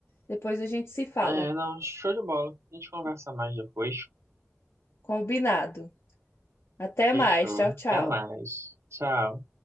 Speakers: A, on the left; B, on the right.
A: Depois a gente se fala.
B: É, não, show de bola. A gente conversa mais depois.
A: Combinado. Até mais.
B: Fechou.
A: Tchau, tchau.
B: Até mais. Tchau.